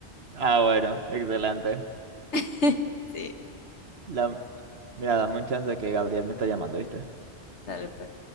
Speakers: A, on the right; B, on the left.
A: Ah, bueno, excelente.
B: <laughs> Sí,
A: La, mira, dame un chance que Gabriel me está llamando, ¿viste?
B: dale pues.